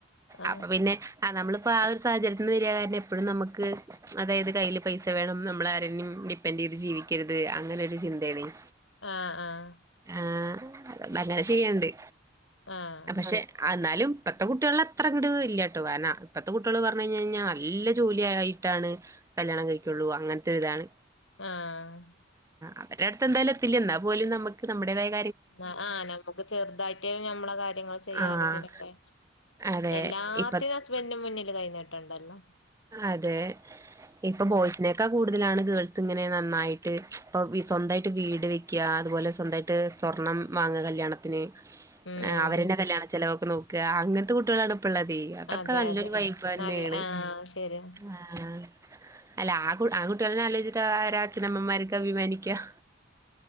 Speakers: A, on the left (about 75°); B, on the right (about 15°).
A: ആഹ്
B: അപ്പൊ പിന്നെ- ആഹ് നമ്മളിപ്പോ ആ ഒരു സാഹചര്യത്തിൽ നിന്ന് വരികആയോണ്ട് എപ്പോഴും നമുക്ക് അതായത് കയ്യില് പൈസ വേണം നമ്മളാ ആരിന്നേം- ഡിപ്പെൻഡന്റ് ചെയ്ത് ജീവിക്കരുത് അങ്ങനെ ഒരു ചിന്തയാണ്-
A: ആഹ് ആഹ് -
B: ആഹ് അങ്ങനെ ചെയ്യണ്ട്-
A: ആഹ്
B: പക്ഷെ അന്നാലും- ഇപ്പഴത്തെ കുട്ടികള അത്രങ്ങിട് ഇല്ലാട്ടോ കാരാണ ഇപ്പത്തെ കുട്ടികൾ പറഞ്ഞ് കഴിഞ്ഞ് കഴിഞ്ഞാൽ നല്ല ജോലി ആയിട്ടാണ്- കല്യാണം കഴിക്കയൊള്ളൂ അങ്ങനത്തെരിതാണ്
A: ആഹ്-
B: അവർടെ അടുത്ത് എന്തായാലും എത്തില്ല എന്നാ പോലും നമുക്ക് നമ്മുടെതാ -
A: ആഹ് നമുക്ക് ചെറുതായിട്ടേ നമ്മള കാര്യങ്ങൾ- ചെയ്യാനതിനൊക്കെ
B: ആഹ് അതെ
A: എല്ലാത്തിനും
B: ഇപ്പ
A: ഹസ്ബന്റിന്റെ മുന്നിൽ കൈനിട്ടണ്ടല്ലോ?
B: അതെ ഇപ്പൊ ബോയ്സിനെക്കെ കൂ- ടുതലാണ് ഗേൾസ് ഇങ്ങനെ നന്നായിട്ട് ഇപ്പ സ്വന്തമായിട്ട് വീട് വെക്കുക അതുപോലെ സ്വന്തമായിട്ട് സ്വർണ - ണം വാങ്ങുക കല്യാണത്തിന്
A: ഉം
B: അവരെന്നെ കല്യാണചെലവ് ഒക്കെ നോക്കാ അങ്ങനെത്തെ കുട്ടികളാണ് ഇപ്പോ- പ്പള്ളതെ അതൊക്കെ
A: അതെ
B: നല്ലൊരു
A: അതെ
B: വൈബ് തന്നെയാണ്
A: നല്ല ആഹ് ശരിയാ
B: ആഹ് - അല്ല ആ കുട്ട ആ കുട്ടികളെ ആലോചിച്ചിട്ട് ആരാ അച്ഛനമ്മമാർക്കെ അഭിമാനിക്കാം-